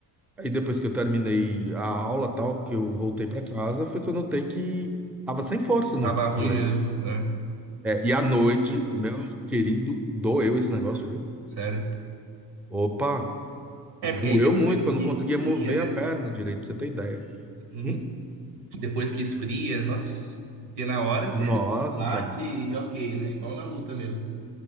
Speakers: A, in the centre; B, on the right.
A: Aí depois que eu terminei a aula tal, que eu voltei pra casa, foi que eu notei que tava sem força no
B: Tava ruim
A: joelho.
B: mesmo. é.
A: É, e à noite, meu querido, doeu esse negócio, viu?
B: Sério?
A: Opa,
B: É,
A: doeu
B: porque aí depois
A: muito, que eu
B: que
A: não conseguia
B: esfria,
A: mover
B: né?
A: a perna direito, pra você ter ideia.
B: Uhum.
A: Hum?
B: Depois que esfria, nossa. Porque na hora você
A: Nossa,
B: bate e ok, né? Igual na luta mesmo.